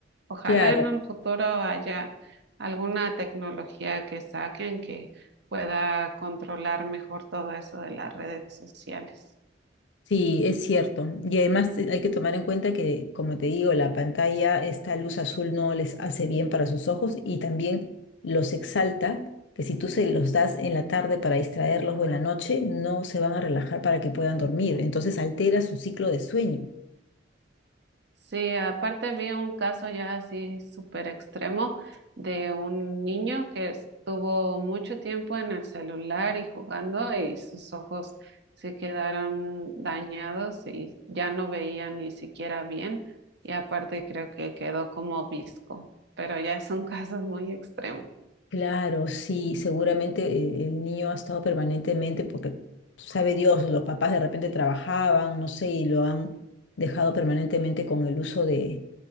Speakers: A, on the right; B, on the left.
A: Ojalá
B: Claro,
A: en un futuro haya alguna tecnología que saquen que pueda controlar mejor todo eso de las redes sociales.
B: Sí, es cierto. Y además eh, hay que tomar en cuenta que, como te digo, la pantalla, esta luz azul no les hace bien para sus ojos y también los exalta, que si tú se los das en la tarde para distraerlos o en la noche, no se van a relajar para que puedan dormir. Entonces altera su ciclo de sueño.
A: Sí, aparte había un caso ya así súper extremo de un niño que estuvo mucho tiempo en el celular y jugando y sus ojos se quedaron dañados y ya no veía ni siquiera bien y aparte creo que quedó como obisco, pero ya es un <laughs> caso muy extremo.
B: Claro, sí, seguramente eh, el niño ha estado permanentemente porque sabe Dios, los papás de repente trabajaban, no sé, y lo han dejado permanentemente con el uso de,